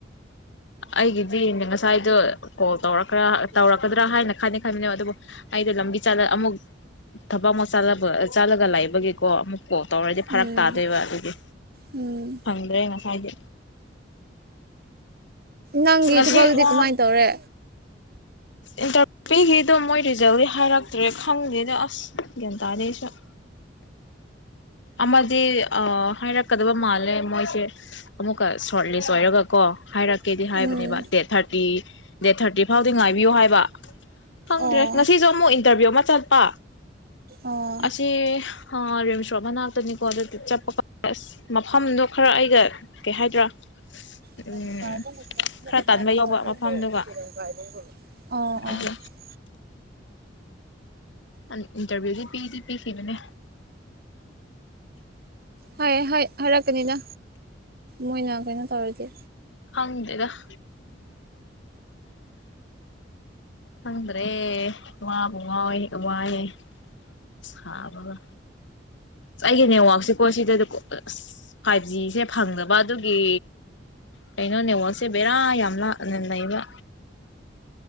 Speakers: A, on the left; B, on the right.
A: ꯑꯩꯒꯤꯗꯤ ꯉꯁꯥꯏꯗꯣ ꯀꯣꯜ ꯇꯧꯔꯛ꯭ꯔ ꯇꯧꯔꯛꯀꯗ꯭ꯔꯥ ꯍꯥꯏꯅ ꯈꯥꯏꯅ ꯈꯥꯏꯃꯤꯅꯦꯕ ꯑꯗꯨꯕꯨ ꯍꯥꯏꯗꯤꯣ ꯂꯝꯕꯤ ꯑꯃꯨꯛ ꯊꯕꯛ ꯑꯃꯨꯛ ꯆꯥꯂꯒ ꯂꯥꯛꯏꯕꯒꯤꯀꯣ ꯑꯃꯨꯛ ꯀꯣ ꯇꯧꯔꯗꯤ ꯐꯔꯛ
B: ꯎꯝ
A: ꯇꯥꯗꯣꯏꯕ ꯑꯗꯨꯒꯤ
B: ꯎꯝ
A: ꯑꯗ꯭ꯔꯦꯅ ꯍꯥꯏꯌꯦ
B: ꯅꯪꯒꯤ
A: ꯉꯁꯤ
B: ꯊꯕꯛꯇꯗꯤ
A: ꯋꯥ
B: ꯀꯃꯥꯏꯅ ꯇꯧꯔꯦ
A: ꯏꯟꯇꯔꯚꯨ ꯄꯤꯈꯤꯗꯣ ꯃꯣꯏ ꯔꯤꯖꯜꯗꯤ ꯍꯥꯏꯔꯛꯇ꯭ꯔꯦ ꯈꯪꯗꯦꯗ ꯑꯁ ꯦꯇꯥꯁ <unintelligible> ꯑꯃꯗꯤ ꯍꯥꯏꯔꯛꯀꯗꯕ ꯃꯥꯜꯂꯦ ꯃꯣꯏꯁꯦ ꯑꯃꯨꯛꯀ ꯁꯣꯔꯠ ꯂꯤꯁ ꯑꯣꯏꯔꯒ ꯀꯣ ꯍꯥꯏꯔꯛꯀꯦꯗꯤ ꯍꯥꯏꯕꯅꯦꯕ
B: ꯎꯝ
A: ꯗꯦꯠ ꯊꯥꯔꯇꯤ ꯗꯦꯠ ꯊꯥꯔꯇꯤ ꯐꯥꯎꯗꯤ ꯉꯥꯏꯕꯤꯌꯣ ꯍꯥꯏꯕ ꯈꯪꯗ꯭ꯔꯦ
B: ꯑꯣ
A: ꯉꯁꯤꯁꯨ ꯑꯃꯨꯛ ꯏꯟꯇꯔꯚꯤꯌꯨ ꯑꯃ ꯆꯠꯄ
B: ꯑꯣ
A: ꯑꯁꯤ ꯑꯥ ꯔꯤꯝꯁ ꯔꯣꯠ ꯃꯅꯥꯛꯇꯅꯤꯀꯣ ꯑꯗꯨꯗꯤ ꯆꯠꯄꯥ ꯑꯁ ꯃꯐꯝꯗꯣ ꯈꯔ ꯑꯩꯒ ꯀꯩ ꯍꯥꯏꯗ꯭ꯔꯥ
B: <unintelligible>
A: ꯎꯝ ꯈꯔ ꯇꯟꯕ
B: ꯑꯥ
A: ꯌꯥꯎꯕ ꯃꯐꯝꯗꯨꯒ
B: ꯑꯥ
A: ꯑꯗꯨ ꯑꯟ ꯏꯟꯇꯔꯚꯤꯌꯨꯗꯤ ꯄꯤꯗꯤ ꯄꯤꯈꯤꯕꯅꯦ‌꯫
B: ꯍꯥꯏ ꯍꯥꯏ ꯍꯥꯏꯔꯛꯀꯅꯤꯅ ꯃꯣꯏꯅ ꯀꯩꯅꯣ ꯇꯧꯔꯗꯤ
A: ꯈꯪꯗꯦꯗ <unintelligible> ꯈꯪꯗ꯭ꯔꯦ ꯋꯥꯕꯨ ꯉꯥꯎꯏ ꯋꯥꯏꯌꯦ꯫ ꯁꯥꯕꯒ ꯑꯩꯒꯤ ꯅꯦꯠꯋꯥꯛꯁꯦꯀꯣ ꯁꯤꯗꯣ ꯑꯁ ꯐꯥꯏꯚ ꯖꯤꯁꯦ ꯐꯪꯗꯕ ꯑꯗꯨꯒꯤ ꯀꯩꯅꯣ ꯅꯦꯠꯋꯥꯛꯁꯦ ꯕꯦꯔꯥ ꯌꯥꯝ ꯂꯥꯛꯅ ꯂꯩꯕ꯫